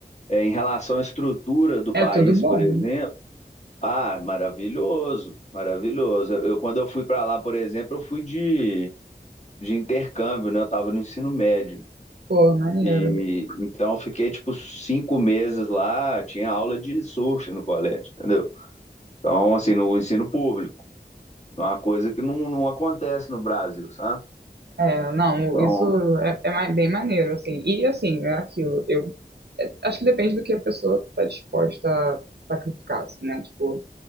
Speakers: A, on the left (about 40°); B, on the right (about 80°).
A: é, em relação à estrutura do país,
B: é tudo bom,
A: por exemplo, ah, maravilhoso, maravilhoso. Eu, eu- quando eu fui para lá, por exemplo, eu fui de, de intercâmbio, né, eu estava no ensino médio.
B: pô, maneiro.
A: E
B: né?
A: então eu fiquei tipo cinco meses lá, tinha aula de surf no colégio, entendeu? Então, assim, no ensino público, é uma coisa que não, não acontece no Brasil, sabe?
B: É, é, não,
A: Então,
B: isso é, é ma- bem maneiro, assim. E assim, é aquilo, eu é, acho que depende do que a pessoa está disposta a sacrificar, assim, né? Tipo,